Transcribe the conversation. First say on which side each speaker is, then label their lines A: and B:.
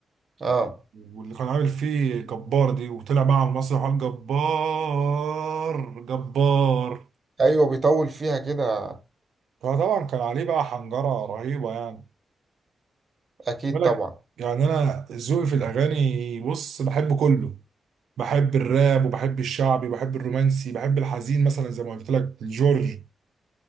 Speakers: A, on the right; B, on the right.
A: اه
B: واللي كان عامل فيه جبار دي وطلع بقى على المسرح وقال جبار جبار
A: ايوه بيطول فيها كده
B: فطبعا كان عليه بقى حنجره رهيبه يعني
A: اكيد
B: بالك
A: طبعا
B: يعني انا ذوقي في الاغاني بص بحب كله بحب الراب وبحب الشعبي وبحب الرومانسي بحب الحزين مثلا زي ما قلت لك الجورج